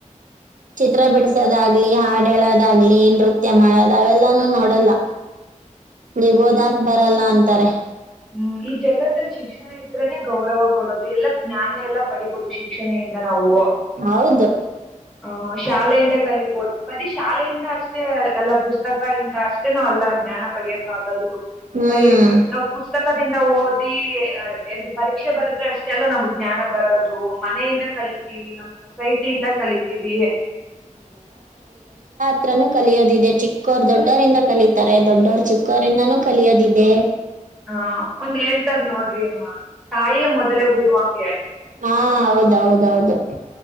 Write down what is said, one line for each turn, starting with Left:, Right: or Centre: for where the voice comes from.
Right: ಚಿತ್ರಾಪೇಟ ದಾಗ್ಲಿ ಹಾಡ ಹೇಳೋದಾಗ್ಲಿ ನೃತ್ಯ ಮಾಡೋದ ಅವೆಲ್ಲಾನೂ ನೋಡಲ್ಲ ನೀಗಓದಕ್ ಬರಲ್ಲ ಅಂತಾರೆ
Centre: ಹ್ಮ್ ಈ ಜಗತ್ತಲ್ಲಿ ಶಿಕ್ಷಣ ಇದ್ರನೆ ಗೌರವ ಕೊಡೋದು ಎಲ್ಲಾ ಜ್ಞಾನ ಎಲ್ಲಾ ಪಡಿಬಹದು ಶಿಕ್ಷಣೆಯಿಂದ ನಾವು
Right: ಹೌದು
Centre: ಹ ಶಾಲೆ ಕಲಿಬಹುದು ಬರೀ ಶಾಲೆಯಿಂದ ಅಷ್ಟೇಲ್ಲ ಪುಸ್ತಕ ಇಂದ ಅಷ್ಟೇ ನಾವ ಅಲ್ಲ ಜ್ಞಾನ ಪಡೆಯಕ್ಕ ಆಾಗದು
Right: ಹ್ಮ್
Centre: ಬರೀ ನಾ ಪುಸ್ತಕ ಪಕ್ಕದಿಂದ ಓದಿ ಎ್ದು ಪರೀಕ್ಷೆ ಬರದ್ರೆ ಅಷ್ಟೆ ಎಲ್ಲ ನಮ್ಗ್ ಜ್ಞಾನ ಬರೋದು ಮನೆಯಿಂದ ಕಲಿತೀವಿ ನಮ್ ಸೊಸೈಟಿಯಿಂದ ಕಲಿತೀವೇ
Right: ಹತ್ರನ ಕಲಿಯೋದಿದೆ ಚಿಕ್ಕೋರ್ ದೊಡ್ಡೋರಿಂದ ಕಲಿತಾರೆ ದೊಡ್ಡವರು ಚಿಕ್ಕೋರಿಂದಾನೂ ಕಲಿಯೋದಿದೆ
Centre: ಹಾ ಒಂದ್ ಹೇಳ್ತಾರ್ ನೋಡ್ರಿ ಅಮ್ಮ ತಾಯೇ ಮೊದಲೇ ಗುರುವ ಹಂಗೆ
Right: ಹಾ ಹೌದೌದೌದು